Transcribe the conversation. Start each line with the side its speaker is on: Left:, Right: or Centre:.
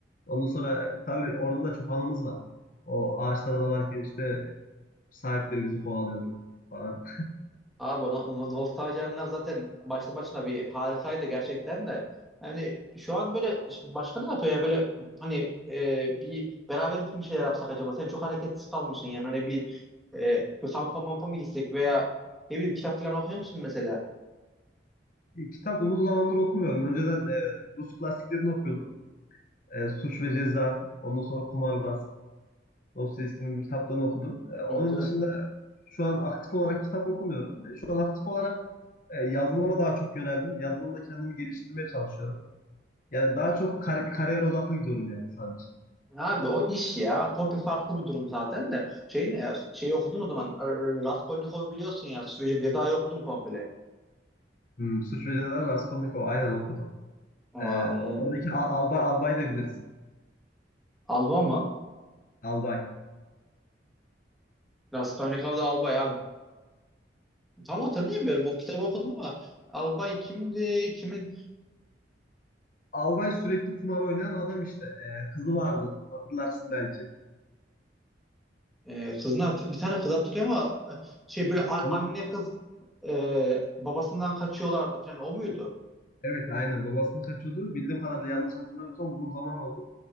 Left: Ondan sonra tabii orada da çok anımız var. O ağaçlara dalarken işte sahipleri bizi kovalıyordu falan.
Centre: Abi o no- no- nostaljenler zaten başta başına bir harikaydı gerçekten de. Yani şu an böyle başka ne yapıyor ya böyle hani e, bir beraber bütün bir şeyler yapsak acaba? Sen çok hareketsiz kalmışsın yani hani bir e, bir kampa mampa mı gitsek veya ne bileyim kitap falan okuyor musun mesela?
Left: E, Kitap uzun zamandır okumuyorum. Önceden e, Rus klasiklerini okuyordum. E, Suç ve Ceza, ondan sonra Kumarbaz, Dostoyevski'nin bu kitaplarını okudum. E, onun
Centre: Evet evet.
Left: dışında şu an aktif olarak kitap okumuyorum. E, şu an aktif olarak e, yazılıma daha çok yöneldim. Yazılımda kendimi geliştirmeye çalışıyorum. Yani daha çok kar- kariyer odaklı gidiyorum yani şu an için.
Centre: Abi o iş ya. Hobi farklı bir durum zaten de. Şey ne ya? Şeyi okudun o zaman. e, Raskolnikov'u biliyorsun ya. Suç ve Ceza'yı okudun komple.
Left: Hmm, Suç ve Ceza Raskolnikov aynen okudum.
Centre: Aa,
Left: Ee,
Centre: anladım.
Left: oradaki Al- albay, albay da bilirsin.
Centre: Alba mı?
Left: Albay.
Centre: Raskolnikov'da Alba ya. Tam hatırlayamıyorum. O kitabı okudum ama Albay kimdi? Kimin
Left: Albay sürekli kumar oynayan adam işte. Ee, kızı vardı hatırlarsın belki.
Centre: e, kızını hatır bir tane kız hatırlıyor ama e, şey böyle a-
Left: Onu
Centre: anne kız e, babasından kaçıyorlardı falan o muydu?
Left: evet aynen babasını kaçıyordu. Bildiğim kadarıyla yanlış hatırlamıyorsam uzun zaman oldu.